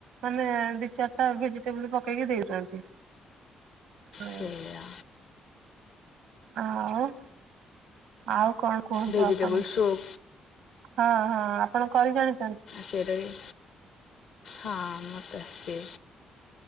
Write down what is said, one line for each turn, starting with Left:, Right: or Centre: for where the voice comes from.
Right: ମାନେ ଦି ଚାରିଟା ଭେଜିଟେବୁଲ ପକେଇକି ଦେଉଛନ୍ତି। ହଁ।
Left: ସେଇଆ
Right: ଆଉ ଆଉ କ'ଣ କୁହନ୍ତୁ
Left: ଭେଜିଟେବୁଲ
Right: ଆପଣ
Left: ସୁପ୍।
Right: ହଁ ହଁ ଆପଣ କରି ଜାଣି
Left: ସେଇଟା ବି। ହଁ ମତେ ଆସଛି।